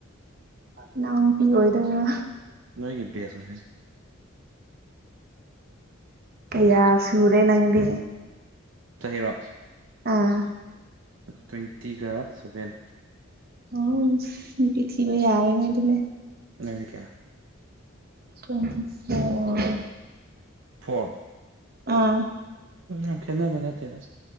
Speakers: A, on the right (about 45°); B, on the right (about 65°).
A: ꯏꯅꯥꯎ ꯅꯨꯄꯤ ꯑꯣꯏꯗꯣꯢꯕ
B: ꯅꯣꯏꯒꯤ ꯕꯦꯁ
A: ꯀꯌꯥ ꯁꯔꯦ ꯅꯪꯗꯤ
B: ꯆꯔꯣ
A: ꯑꯥ
B: ꯇ꯭ꯋꯦꯟꯇꯤꯒ ꯁꯚꯦꯟ
A: ꯍ ꯄꯤ ꯊꯕ ꯌꯥꯔꯦꯅꯦ ꯑꯗꯨ
B: ꯅꯗꯤ ꯀꯌꯥ
A: ꯇ꯭ꯋꯦꯟꯇꯤ ꯐꯣꯔ
B: ꯐꯣꯔ
A: ꯑꯥ
B: ꯎꯝ ꯈꯦꯅꯦꯕꯅꯠꯇꯦꯔ